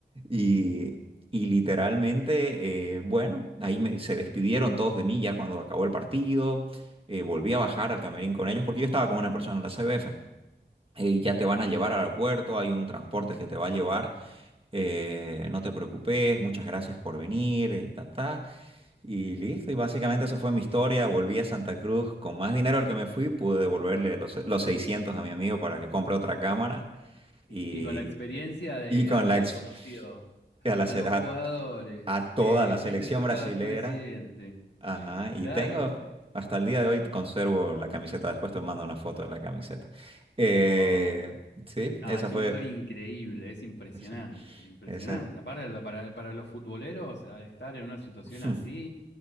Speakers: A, on the right; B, on the left.
A: Y, y literalmente, eh, bueno, ahí me- se despidieron todos de mí ya cuando acabó el partido. eh, volví a bajar al camerín con ellos porque yo estaba con una persona en la CBF. Eh, ya te van a llevar al aeropuerto, hay un transporte que te va a llevar. eh, no te preocupes, muchas gracias por venir, eh, ta, ta, Y listo, y básicamente esa fue mi historia. Volví a Santa Cruz con más dinero al que me fui, pude devolverle los, los 600 a mi amigo para que compre otra cámara. Y,
B: Y con la experiencia de
A: y con
B: haber
A: la, ex-
B: conocido
A: a la,
B: a los jugadores,
A: a
B: eh,
A: toda la
B: estuviste
A: selección
B: cerca
A: brasilera.
B: de un presidente.
A: Ajá, y
B: Claro.
A: tengo, hasta el día de hoy conservo la camiseta, después te mando una foto de la camiseta. Eh,
B: Wow.
A: sí,
B: Ah,
A: esa
B: es
A: fue,
B: una historia increíble, es impresionante,
A: esa,
B: impresionante.
A: esa-
B: Para, lo- para, para los futboleros, al estar en una situación
A: <laughs>
B: así,